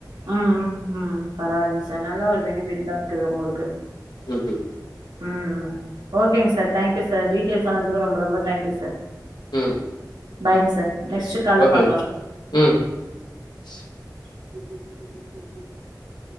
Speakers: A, on the right; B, on the left.
A: உம் உம் உம் பரவாயில்லைங்க சார் நல்ல ஒரு பெனிஃபிட்தா இருக்குது உங்களுக்கு க்கு
B: உம் உம்
A: ம்ம் ஓகேங்க சார் தேங்க்யூ சார் டீடெயில்ஸ் சொன்னதுக்கு ரொம்ப ரொம்ப தேங்க்யூ சார்
B: ம்
A: பாய்ங் சார் நெக்ஸ்ட் கால்ல
B: ஓகே
A: பாக்கலா சார்
B: ம் <unintelligible>
A: <inaudible>